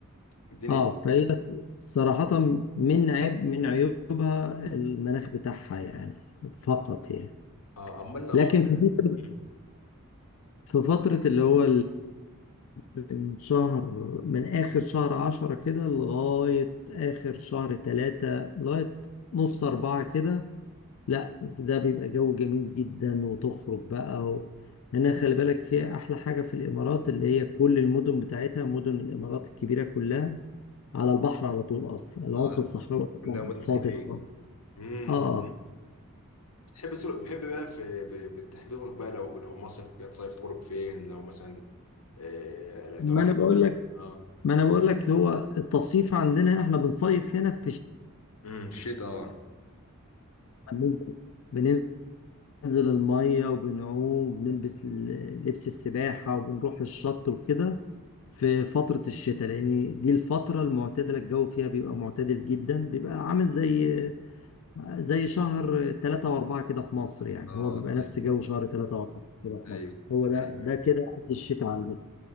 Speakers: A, on the left; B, on the left.
A: الدنيا
B: اه فهي صراحة من عيب من عيوبها المناخ بتاعها يعني فقط يعني
A: اه امال
B: لكن
A: امال
B: في فترة
A: مم.
B: في فترة اللي هو من شهر من آخر شهر عشرة كده لغاية آخر شهر تلاتة لغاية نص أربعة كده لا ده بيبقى جو جميل جدا وتخرج بقى و... هنا خلي بالك فيها أحلى حاجة في الإمارات اللي هي كل المدن بتاعتها مدن الإمارات الكبيرة كلها على البحر على طول أصلا العمق
A: اه
B: الصحراوي أصلا
A: كلها مدن ساحليه
B: فاضي خالص
A: امم
B: آه
A: مم. بتحب تخرج بتحب بقى في ب- بتحب تخرج بقى لو لو مصيف وكده تصيف تخرج فين لو مثلا آه لا
B: ما
A: انت بقى-
B: أنا بقول لك
A: اه
B: ما أنا بقول لك هو التصيف عندنا هنا إحنا بنصيف هنا في
A: امم الشتاء اه
B: الشتاء بننزل المية وبنعوم وبنلبس ال- لبس السباحة وبنروح الشط وكده في فترة الشتاء لأن دي الفترة المعتدلة الجو فيها بيبقى معتدل جدا بيبقى عامل زي زي شهر تلاتة وأربعة كده في مصر يعني
A: اه
B: هو بيبقى
A: ايوه
B: نفس جو شهر تلاتة وأربعة كده في
A: ايوه
B: مصر هو ده
A: ايوه
B: ده
A: ايوه
B: كده عز الشتاء عندنا